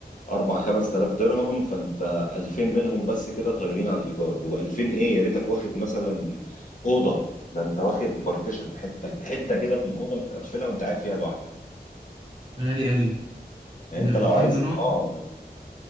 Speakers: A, on the left (about 50°); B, on the right (about 30°).
A: 4 5000 درهم فانت 2000 منهم بس كده طايرين على الايجار و2000 ايه يا ريتك واخد مثلا اوضه ده انت واخد بارتيشن حته حته كده من اوضه متقفله وانت قاعد فيها لوحدك
B: غالي أوي
A: يعني
B: إيه ده
A: انت لو
B: 2000
A: عايز
B: درهم
A: اه